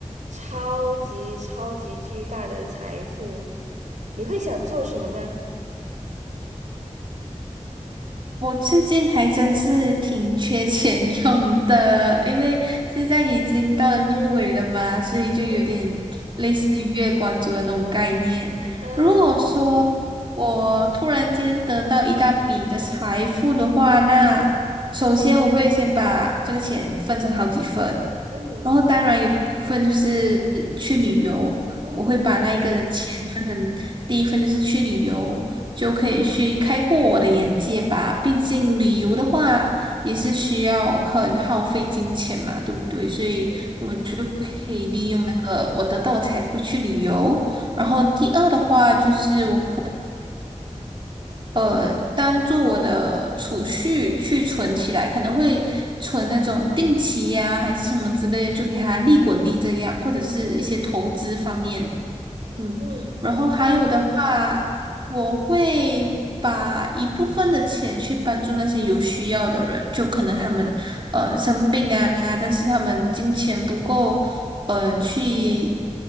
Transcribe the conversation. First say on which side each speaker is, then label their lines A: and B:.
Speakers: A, on the right (about 80°); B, on the right (about 40°).
A: 超级超级巨大的财富，你会想做什么呢？
B: 我最近还真是挺缺钱用的，因为现在已经到了月尾了嘛，所以就有点类似于月光族的那种概念。
A: 嗯嗯
B: 如果说我突然间得到一大笔的财富的话，那首先我会先把这个钱分成好几份，
A: 嗯
B: 然后当然有一部分就是去旅游，
A: 嗯
B: 我会把那一个的钱分成第一份就是去旅游。就可以去开阔我的眼界吧。毕竟旅游的话也是需要很耗费金钱嘛，对不对？所以
A: 嗯
B: 就可以利用那个我得到的财富去旅游。
A: 嗯
B: 然后第二的话就是我可呃当做我的储蓄去存起来，可能会存那种定期呀、还是什么之类的，就给它利滚利这样，或者是一些投资方面。
A: 嗯。
B: 嗯，
A: 嗯
B: 然后还有的话，我会把一部分的钱去帮助那些有需要的人，就可能他们呃生病啊，但是他们金钱不够，嗯、去